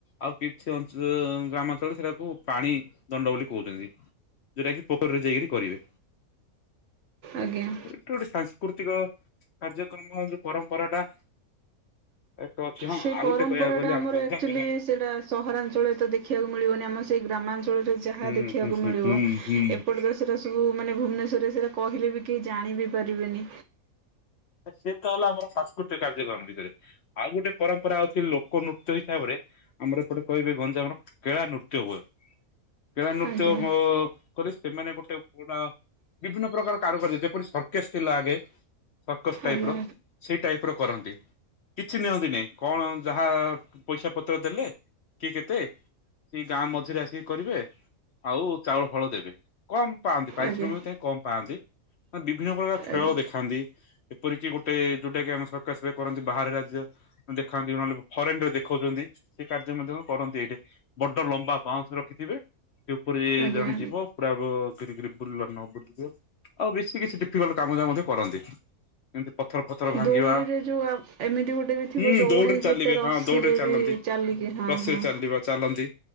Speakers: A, on the left (about 60°); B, on the right (about 65°).
A: ଆଉ କିଛି ଅଞ୍ଚଳ ଗ୍ରାମାଞ୍ଚଳରେ ସେଟାକୁ ପାଣି ଦଣ୍ଡ ବୋଲି କହୁଚନ୍ତି। ଯୋଉଟା କି ପୋଖରୀରେ ଯାଇକି କରିବେ?
B: ଆଜ୍ଞା
A: ଗୋଟେ ସାଂସ୍କୃତିକ କାର୍ଯ୍ୟକ୍ରମ ଯୋଉ ପରମ୍ପରା ଟା ଏତ ଅଛି ହଁ
B: ସେ
A: ଆଉ
B: ପରମ୍ପରା
A: ଗୋଟେ କହିବାକୁ ଗଲେ
B: ଟା ଆମର
A: ଆମ ଗଞ୍ଜାମ
B: ଆକ୍ଚୁଆଲି
A: ଜିଲ୍ଲାର
B: ସେଡା ସହରାଞ୍ଚଳ ତ ଦେଖିବାକୁ ମିଳିବନି ଆମ ସେଇ ଗ୍ରାମାଞ୍ଚଳ ଯାହା
A: ହୁଁ
B: ଦେଖିବାକୁ
A: ହୁଁ ହୁଁ
B: ମିଳିବ
A: ହୁଁ ହୁଁ
B: ଏପଟେ ତ ସେରା ସବୁ ମାନେ ଭୁବନେଶ୍ୱରେ ସେରା କହିଲେ ବି କେହି ଜାଣି ବି ପାରିବେନି?
A: ସେ ତ ହେଲା ଆମର ସାଂସ୍କୃତିକ କାର୍ଯ୍ୟକ୍ରମ ଭିତରେ ଆଉ ଗୋଟେ ପରମ୍ପରା ଅଛି ଲୋକ ନୃତ୍ୟ ହିସାବରେ। ଆମର ଏପଟେ କହିବେ ଗଞ୍ଜାମର କେଳା ନୃତ୍ୟ ବଏ କେଳା ନୃତ୍ୟ
B: ଆଜ୍ଞା
A: ବ ମୁଁ କହିଲି ସେମାନେ ଗୋଟେ ପୁଡା ବିଭିନ୍ନ ପ୍ରକାର କାରୁକାର୍ଯ୍ୟ ଯେପରି ସର୍କେସ ଥିଲା ଆଗେ। ସର୍କସ ଟାଇପର
B: ଆଜ୍ଞା ଆଜ୍ଞା
A: ସେଇ ଟାଇପ ର କରନ୍ତି। କିଛି ନିଅନ୍ତିନି କଣ ଯାହା ପଇସା ପତ୍ର ଦେଲେ କି କେତେ? କି ଗାଁ ମଝିରେ ଆସିକି କରିବେ ଆଉ ଚାଉଳ ଫାଉଳ ଦେବେ। କମ୍ ପାଆନ୍ତି ପାରିଶ୍ରମିକ
B: ଆଜ୍ଞା ଆଜ୍ଞା
A: ତଙ୍କେ କମ୍ ପାଆନ୍ତି ବିଭିନ୍ନ ପ୍ରକାର ଖେଳ
B: ଆଜ୍ଞା
A: ଦେଖାନ୍ତି। ଏପରିକି ଗୋଟେ ଯୋଉଟା କି ଆମେ ସର୍କସରେ କରନ୍ତି ବାହାର ରାଜ୍ୟ। ଦେଖନ୍ତି ନହେଲେ ଫରେନ ରେ ଦେଖାଉଚନ୍ତି ସେ କାର୍ଯ୍ୟ ମଧ୍ୟ କରନ୍ତି ଏଇଠି। ବଡ ଲମ୍ବା ବାଉଁଶ ରଖିଥିବେ ସେ ଉପରେ
B: ଆଜ୍ଞା
A: ଜଣେ ଯିବ। ପୁରା ଫୁରା ଘିରି ଘିରୀ ବୁଲିଲଣି <unintelligible> ନା ଆଉ ବେଶୀ କିଛି ଡିଫିକଲ୍ଟ କାମ ଯା ମଧ୍ୟ କରନ୍ତି। ଏମତି ପଥର ଫଥର ଭାଙ୍ଗିବା
B: ଦୌଡ଼ିରେ ଯୋଉ ଆ ଏମିତି ଗୋଟେ ବି ଥିବ
A: ହୁଁ
B: ଦୌଡ଼ି
A: ଦୌଡିରେ
B: ଗୋଟେ
A: ଚାଲିବେ
B: ରସିରେ
A: ହଁ ଦୌଡିରେ ଚାଲନ୍ତି।
B: ବି ଚାଲିକି ହଁ
A: ରଥରେ
B: ହଁ
A: ଚାଲିବ ଚାଲନ୍ତି।